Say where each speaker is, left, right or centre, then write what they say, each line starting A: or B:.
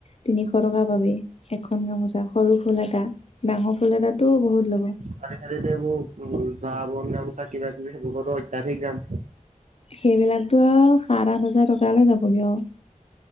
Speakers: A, on the left; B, on the right.
A: তিনিশ টকা পাবি এখনকে মজা সৰু ফুল এটা ডাঙৰ ফুল এটাতটো বহুত ল'ব।
B: খাল খালীতো এইবোৰ উম জাহ বনোৰ চাক কিবাকিবি সেইবোৰো অত্যাধিক দাম-
A: সেইবিলাকতো আৰু সাত আঠ হাজাৰ টকালৈ যাবগৈ আৰু।